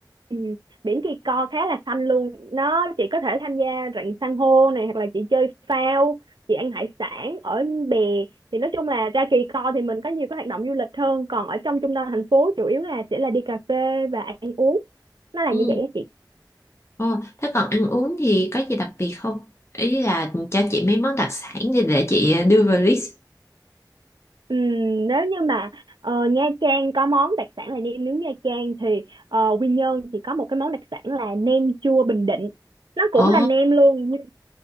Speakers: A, on the right; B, on the left.
A: Ừ, biển Kỳ Co khá là xanh luôn nó chị có thể tham gia rặng san hô này hoặc là chị chơi phao chị ăn hải sản ở bè thì nói chung là ra Kỳ Co thì mình có nhiều cái hoạt động du lịch hơn còn ở trong trung tâm thành phố chủ yếu là sẽ là đi cà phê và ăn uống nó là
B: ừ
A: như vậy á chị
B: Ồ, thế còn ăn uống thì có gì đặc biệt không? Ý là cho chị mấy món đặc sản để, để chị đưa vào list.
A: Ừm, nếu như mà ờ, Nha Trang có món đặc sản là nem nướng Nha Trang thì ờ, Quy Nhơn thì có một cái món đặc sản là nem chua Bình Định nó cũng
B: Ồ,
A: là nem luôn nhưng